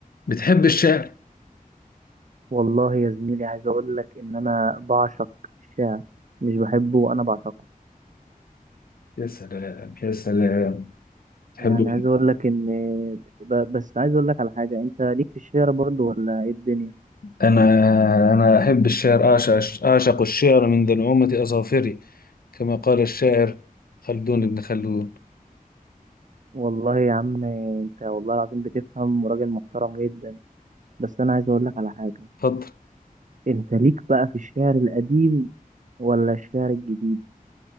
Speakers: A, on the left; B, on the right.
A: بتحب الشعر
B: والله يا زميلي عايز اقول لك ان انا بعشق الشعر مش بحبه انا بعشقه
A: يا سلام يا سلام تحب
B: يعني عايز اقول لك ان ب- بس عايز اقول لك على حاجه انت ليك في الشعر برضو ولا ايه الدنيا
A: أنا أنا أحب الشعر أعشق أعشق الشعر من ذنومة أظافري كما قال الشاعر خلدون بن خلدون
B: والله يا عم انت والله العظيم بتفهم وراجل محترم جدا بس انا عايز اقول لك على حاجه
A: تفضل
B: انت ليك بقى في الشعر القديم ولا الشعر الجديد